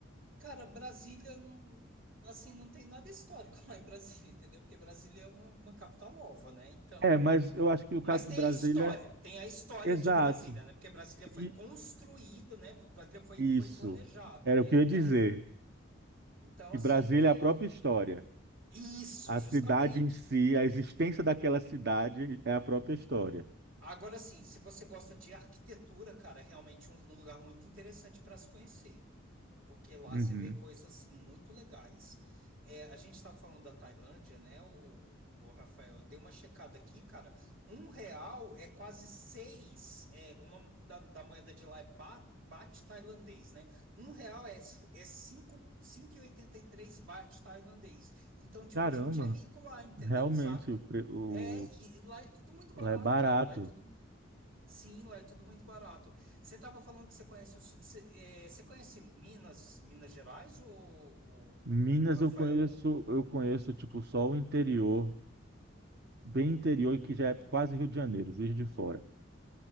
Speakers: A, on the right (about 75°); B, on the right (about 55°).
A: cara, Brasília, não- assim, não tem nada histórico <laughs> lá em Brasília, entendeu? Porque Brasília é uma, uma capital nova, né? Então
B: é, mas eu acho que o
A: Mas
B: caso
A: tem
B: de Brasília,
A: a história, tem a história
B: exato.
A: de Brasília, né? Porque Brasília
B: E
A: foi construída, né? Brasília foi,
B: isso
A: foi planejada,
B: era
A: né?
B: o que
A: Então,
B: eu ia dizer,
A: então,
B: que
A: assim,
B: Brasília
A: tem
B: é a própria história.
A: isso,
B: A
A: justamente.
B: cidade em si, a existência daquela cidade é a própria história.
A: Agora, assim, se você gosta de arquitetura, cara, é realmente um, um lugar muito interessante para se conhecer. porque lá
B: Uhum.
A: você vê coisas muito legais. É, a gente estava falando da Tailândia, né? O, o Rafael, eu dei uma checada aqui, cara. Um real é quase seis. É, o nome da, da moeda de lá é ba- baht, tailandês, né? Um real é, é cinco- cinco e oitenta e três baht tailandês. Então, tipo,
B: Caramba,
A: a gente é rico lá, entendeu?
B: realmente
A: Saca?
B: o, pre- o-
A: É, e, e lá é tudo muito
B: lá
A: barato,
B: é barato.
A: cara. Lá é tudo muito Sim, lá é tudo muito barato. Você estava falando que você conhece o, su- você, eh, você conhece Minas, Minas Gerais ou, ou,
B: Minas
A: ou Rafael?
B: eu conheço, eu conheço tipo só o interior, bem interior
A: Uhum.
B: que já é quase Rio de Janeiro, Juiz de Fora.